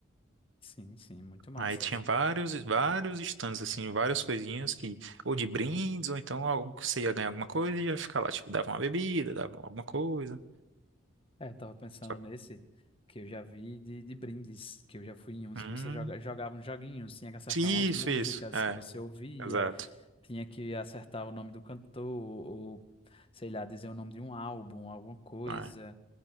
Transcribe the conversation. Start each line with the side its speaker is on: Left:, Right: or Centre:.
Left: Sim, sim, muito massa
Right: Aí tinha
Left: isso.
Right: vários, vários stands, assim, várias coisinhas que, ou de brindes, ou então algo que você ia ganhar alguma coisa e ia ficar lá, tipo, dava uma bebida, dava alguma coisa.
Left: É, eu tava pensando
Right: Só que-
Left: nesse que eu já vi de, de brindes, que eu já fui em uns
Right: Hum,
Left: que você joga, jogava uns joguinhos, tinha que acertar
Right: isso,
Left: umas músicas
Right: isso, é,
Left: que você ouvia.
Right: exato.
Left: Tinha que acertar o nome do cantor, ou sei lá, dizer o nome de um álbum, alguma coisa,
Right: É,